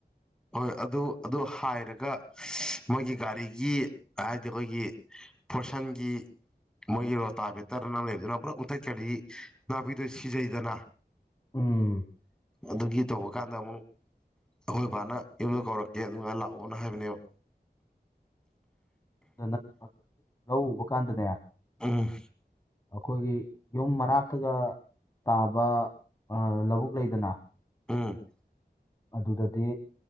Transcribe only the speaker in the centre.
ꯍꯣꯏ ꯑꯗꯨ ꯑꯗꯨ ꯍꯥꯏꯔꯒ ꯃꯣꯏꯒꯤ ꯒꯥꯔꯤꯒꯤ ꯍꯥꯏꯗꯤ ꯑꯩꯈꯣꯏꯒꯤ ꯐꯣꯔꯁꯟꯒꯤ ꯃꯣꯏꯒꯤ ꯔꯣꯇꯥ ꯕꯦꯇꯔꯅ ꯂꯩꯕꯗꯨꯅ ꯄꯨꯔꯥ ꯎꯟꯊꯩ ꯆꯔꯤ ꯅꯥꯄꯤꯗꯨ ꯁꯤꯖꯩꯗꯅ
ꯑꯗꯨꯒꯤ ꯇꯧꯕ ꯀꯥꯟꯗ ꯑꯃꯨꯛ ꯍꯣꯏ ꯕꯕꯥꯅ ꯌꯨꯝꯗ ꯀꯧꯔꯛꯀꯦ ꯑꯗꯨꯥꯏ ꯂꯥꯛꯑꯣꯅ ꯍꯥꯏꯕꯅꯦꯕ
ꯎꯝ
ꯎꯝ